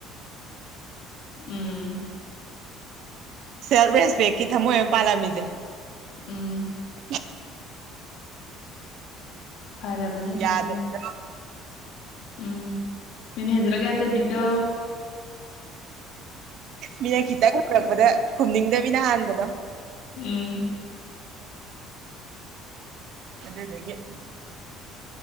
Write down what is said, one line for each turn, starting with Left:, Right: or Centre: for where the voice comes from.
Left: ꯎꯝ
Right: ꯁꯦꯜꯐ ꯔꯦꯁꯄꯦꯛꯀꯤ ꯊꯃꯣꯏ ꯑꯃ ꯄꯥꯜꯂꯝꯃꯤꯁꯦ
Left: ꯎꯝ
Right: ꯎ
Left: ꯐꯔꯕꯅꯦ ꯁꯤꯝꯗꯤ
Right: ꯌꯥꯗꯕꯤꯗ
Left: ꯎꯝ ꯃꯤꯅ ꯍꯦꯟꯖꯔꯒꯦꯗꯕꯤꯗꯣ
Right: ꯃꯤꯅ ꯈꯤꯇꯪ ꯍꯔꯛꯄꯗ ꯈꯨꯝꯅꯤꯡꯗꯕꯤꯅ ꯍꯥꯟꯕꯗꯣ
Left: ꯎꯝ
Right: ꯑꯗꯨꯗꯦ ꯑꯗꯨꯦ